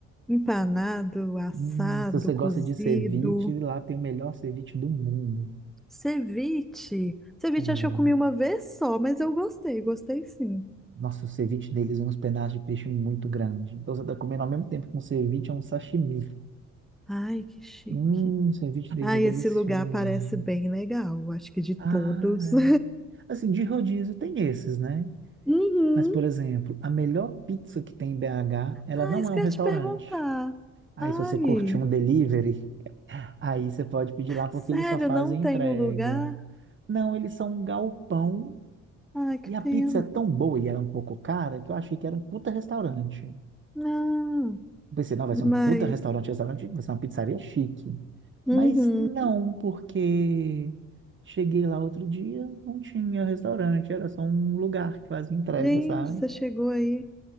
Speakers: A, in the centre; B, on the right.
A: empanado, assado,
B: Hum, se você
A: cozido,
B: gosta de ceviche, lá tem o melhor ceviche do mundo.
A: ceviche. Ceviche
B: É,
A: acho que eu comi uma vez só, mas eu gostei, gostei sim.
B: Nossa, o ceviche deles é uns pedaços de peixe muito grande. Então você está comendo ao mesmo tempo que um ceviche é um sashimi.
A: Ai, que chique.
B: Hum, o ceviche deles
A: Ai,
B: é delicioso.
A: esse lugar parece bem legal, acho que de todos.
B: Ai.
A: <laughs>
B: Assim, de rodízio tem esses, né?
A: Uhum.
B: Mas, por exemplo, a melhor pizza que tem em BH, ela
A: Ah,
B: não
A: isso
B: é
A: que
B: um restaurante.
A: eu ia te perguntar.
B: Aí,
A: Ai,
B: se você curtir um delivery, Aí você pode pedir lá
A: sério,
B: porque eles só fazem
A: não tem
B: entrega.
A: o lugar?
B: Não, eles são um galpão
A: Ai, que
B: e a
A: pena.
B: pizza é tão boa e era um pouco cara que eu achei que era um puta restaurante. Eu
A: Ah.
B: pensei, não, vai
A: Mas,
B: ser um puta restaurante, restaurante, vai ser uma pizzaria chique.
A: uhum.
B: Mas não, porque cheguei lá outro dia, não tinha restaurante, era só um lugar que fazia entrega,
A: Gente,
B: sabe?
A: você chegou aí.